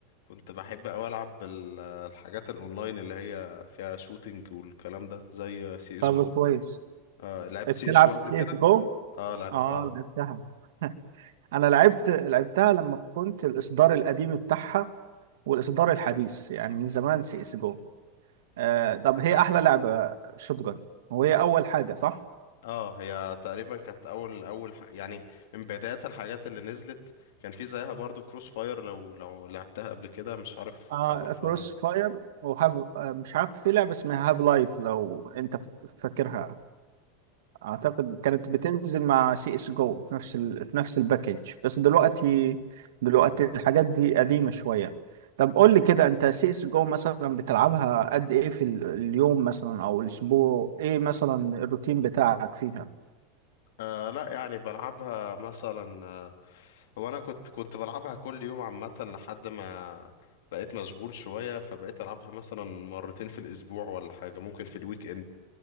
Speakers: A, on the left (about 75°); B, on the right (about 80°).
A: كنت بحب اوي العب بال- الحاجات الاونلاين اللي هي فيها شوتينج والكلام ده زي سي اس
B: طب
A: جو
B: كويس
A: آه لعبت
B: بتلعب
A: سي اس جو
B: سي
A: قبل كده
B: اس جو
A: اه لعبت
B: اه
A: اه
B: لعبتها <laughs> انا لعبت لعبتها لما كنت الاصدار القديم بتاعها والاصدار الحديث يعني من زمان سي اس جو آه، طب هي احلى لعبة شوتجن وهي اول حاجة صح
A: اه هي تقريبا كانت اول اول ح... يعني من بدايات الحاجات اللي نزلت كان في زيها برضو كروس فاير لو لو لعبتها قبل كده مش عارف
B: آه
A: تعرفها
B: كروس
A: ولا لا
B: فاير وهاف آه مش عارف في لعبة اسمها هاف لايف لو انت ف- فاكرها اعتقد كانت بتنزل مع سي اس جو في نفس ال... في نفس الباكج بس دلوقتي دلوقتي الحاجات دي قديمة شوية طب قول لي كده انت سي اس جو مثلا بتلعبها قد ايه في ال- اليوم مثلا او الاسبوع ايه مثلا الروتين بتاعك فيها
A: آه لا يعني بلعبها مثلا آه، هو انا كنت كنت بلعبها كل يوم عامه لحد ما بقيت مشغول شويه فبقيت العبها مثلا مرتين في الاسبوع ولا حاجه ممكن في الويك اند